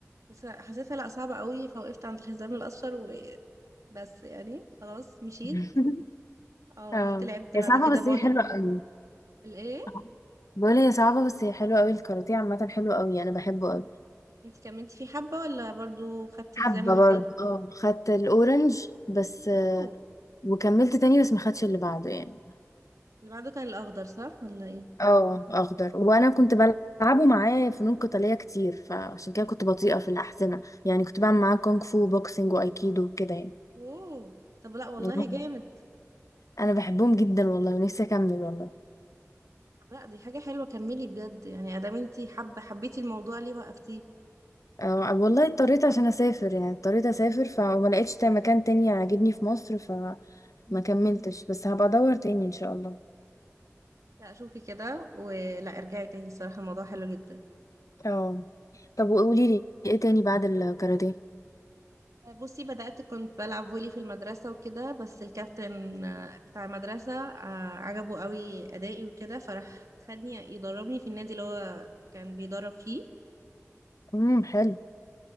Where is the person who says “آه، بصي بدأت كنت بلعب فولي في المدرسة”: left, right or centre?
Right